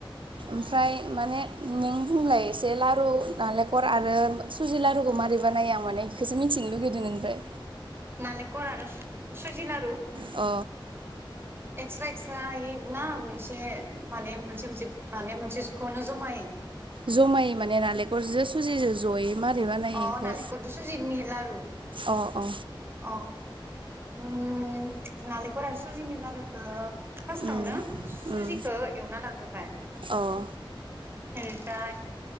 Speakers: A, on the right; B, on the right.
A: ओमफ्राय माने नों बुंलाय एसे लारु नालेंखर आरो सुजि लारुखौ मारै बानायो आं माने इखोसो मिथिनो लुगैदों नोंनिफ्राय।
B: नालेखर आरो सुजि लारु?
A: अ
B: एक्सट्रा एक्सट्रायै ना मोनसे माने मोनसे मोनसे माने मोनसेखौनो जमायै?
A: जमायै माने नालेंखरजों सुजिजो जयै। मारै बानायो
B: अ
A: बेखौ
B: नालेंखरजों सुजिनि लारु
A: अ अ
B: अ उम नालेखर आरो सुजिनि लारुखो फासटावनो
A: उम
B: सुजिखो
A: उम
B: एवना लाग्रोबाय
A: अ ओं
B: ओमफ्राय